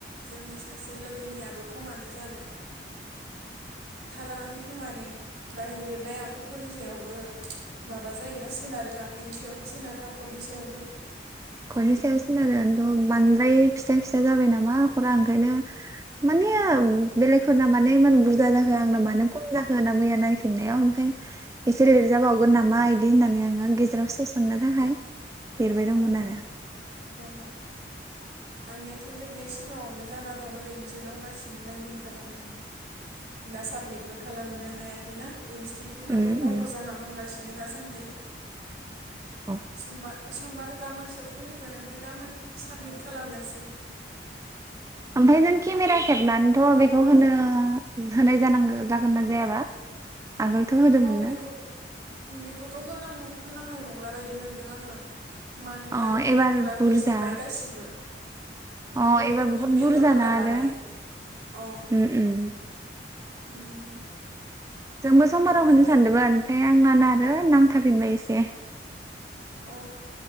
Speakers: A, on the right; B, on the right.
A: जोंनि सासे लोगोनियाबो खमानो जादों। थालाङाखै खोमाने बाहि लिरनाय आखरफोरनि सायावबो माबा जायोना सोनारो आखाइनि सायावबो सोनारो आखरनि सायावबो
B: हरनि
A: उम
B: सायाव सोनारोथ' बांद्राय फिसा फिसा जाबाय नामा खरा ओंखायनो माने
A: अ
B: बेलेग फोरनामा म इमान बुरा जाखो आंना मानो खम जाखो होन ना मैया नायफिननायाव ओमफ्राय एसे लिरजाबावगोन नामा इदि होननानै आंङो गेजेराव सोसननो थाखाय देरबाय दंमोन
A: उम
B: आरो
A: औ आंनियाथ' लिरनाया सिगाङावनो जाना दं ओरैनोसो दंगासिनो बाइन्दिं खालामनानै दा साबमिटबो खालामनो हायाखैना इनस्टिटिउट
B: उम
A: आबो बन्द
B: उम
A: जाना दंगासिनो। बिदिनो दासान्दै।
B: औ
A: समबा समबार गाबोनसो खुलिगोन ओमफफ्राय गाबोन साबमिट खालामनोसै
B: ओमफफ्राय नों केमेरा खेबनानैथ' बेखौ होनो होनाय जानांगौ जागोन नना जायाबा?
A: <inaudible>
B: आगोलथ' होदोंमोननो
A: अ बेखौ बेखौथ' होनां होनांनाय नंला बायदि मोनदों आंङो मानोना
B: अ
A: गुबुनफोरा
B: एबार बुरजा
A: होजोब्बाय गासिबो गुबुनफोरनि
B: अ एबार बहुत
A: मेन्टरफोरा
B: बुरजाना
A: लाबाय
B: आरो ओम
A: अ
B: ओम
A: उम
B: जोंबो समबाराव
A: होनांनाय
B: होनो सानदोंमोन
A: नंला
B: ओमफ्राय आंना नार नांथारफिनबाय एसे
A: औ